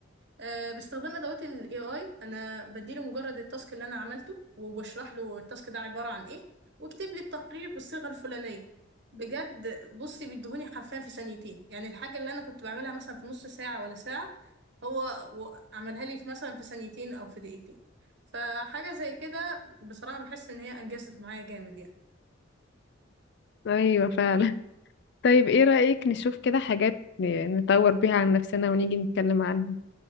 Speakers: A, on the right; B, on the left.
A: أه باستخدام ادوات الاي اي انا بديله مجرد التاسك اللي انا عملته وبشرح له التاسك ده عباره عن ايه واكتب لي التقرير بالصيغه الفلانيه بجد بصي بيديهوني حرفيا في ثانيتين يعني الحاجه اللي انا كنت بعملها مثلا في نص ساعه ولا ساعه هو و- عملها لي في مثلا في ثانيتين او في دقيقتين فحاجه زي كده بصراحه بحس ان هي انجزت معايا جامد يعني
B: ايوه فعلا <laughs> طيب ايه رأيك نشوف كده حاجات ن- نطور بيها عن نفسنا ونيجي نتكلم عنها